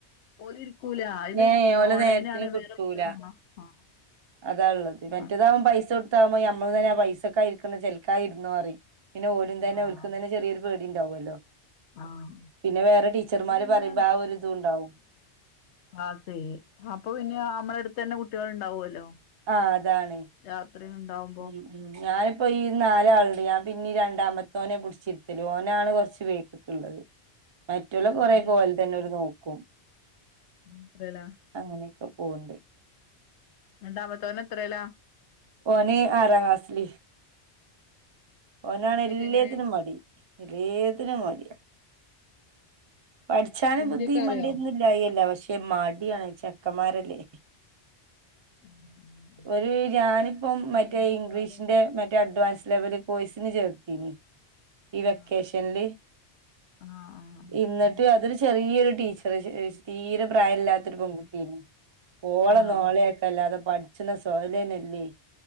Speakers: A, on the left (about 80°); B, on the right (about 40°).
A: ഓല് ഇരിക്കൂല ഇത്
B: ഏ യെ ഓലെ
A: ഓൺലൈനാണ്
B: നേരത്തിന് കിട്ടൂല
A: വേറെ കുട്ടികളാണോ ആഹ്
B: അതാള്ളത് മറ്റതാവും
A: ആഹ് അതെ
B: പൈസ നമ്മ തന്നെ പൈസൊക്കെയിരിക്കുന്ന ചെൽക്കായിരുന്നോറിം പിന്നെ ഓലും തന്നെ
A: ആഹ്
B: ഒരിക്കക്കും തന്നെറൊരു പേടിണ്ടാവല്ലോ
A: ആഹ്
B: പിന്നെ വേറെ ടീച്ചർമാര്
A: ഇത് പിന്നെ
B: പറയുമ്പോ ആ ഒരു ഇതുണ്ടാവും
A: ആഹ് <unintelligible> അപ്പൊ പിന്നെ ആഹ് നമ്മളട്ത്തന്നെ കുട്ടിയള് ഇണ്ടാവല്ലോ
B: ആഹ് അതാണ്
A: രാത്രിയുണ്ടാവും
B: ഉം ഉം ഞാന്പ്പ ഈ നാലാള്ടെയാ പിന്നീ രണ്ടാമത്തോനേ പുട്ച്ചിരിത്തല് ഓനാണ് കൊറച്ച് വേക്ക്ക്ക്ള്ളത് മറ്റോല് കൊറെയൊക്കെ
A: ഓൻ
B: ഓല്ത്തന്നെ ഓര്നോക്കും
A: എത്രേല്ലാ
B: അങ്ങനെയൊക്കെ പോവ്ണ്ട്
A: രണ്ടാമത്തോന് എത്രേല്ലാ
B: ഓന് ആറാ ക്ലാസ്സില് ഓനാണെ
A: ഹിന്ദിയൊക്കെ
B: എല്ല്യേത്തിനും
A: എങ്ങനെ
B: മടി ഇല്ലേ ഏതിനും മടി പഠ്ച്ചാനും
A: ഹിന്ദിയൊക്കെ
B: ബുദ്ധീയിം
A: അറിയോ
B: മണ്ടേം ഒന്നു ല്ലായിയേല്ല പക്ഷേ മടിയാണ് ചെക്കന്മാരല്ലേ
A: <unintelligible>
B: ഒര് ഞാന്പ്പം മറ്റേ
A: കളിമ്പ്
B: ഇംഗ്ലീഷിന്റെ
A: സോലയ്ക്കാരം
B: മറ്റേ അഡ്വാൻസ് ലെവല് കോഴ്സ്ന് ചേർത്തീനി ഈ വെക്കേഷന്ല്
A: ആഹ് ആഹ്
B: ഇന്നെ ത് അതൊര് ചെറിയൊരു ടീച്ചറ് ചെ ഏഹ് തീരെ പ്രായല്ലാത്ത ഒരു പെൺകുട്ടിയേനി ഓളെ
A: ആഹ് ആഹ്
B: നോളയാക്കല്ലാതെ പഠിച്ച്ന്ന സൊയ്ലെനല്ലേ